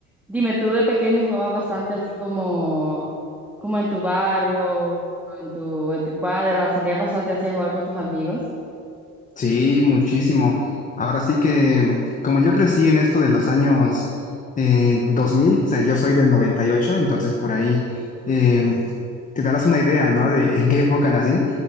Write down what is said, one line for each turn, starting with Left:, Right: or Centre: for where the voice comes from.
Centre: Dime, tú de pequeño jugabas bastante así como, como en tu barrio, o en tu, en tu cuadra, salías bastante así a jugar con tus amigos.
Left: Sí, muchísimo. Ahora sí que, mm, como yo crecí en esto de los años eh, dos mil o sea, yo soy del noventa y ocho entonces por ahí eh, te darás una idea, ¿no? De en qué época nací.